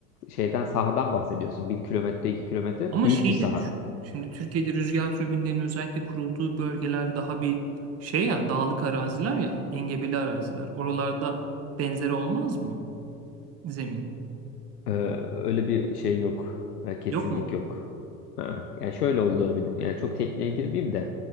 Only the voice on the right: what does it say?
Ama
şeyi
de düşün. Şimdi Türkiye'de rüzgar türbinlerinin özellikle kurulduğu bölgeler daha bir şey ya dağlık araziler ya engebeli araziler. Oralarda benzeri olmaz mı zemin?
Yok mu?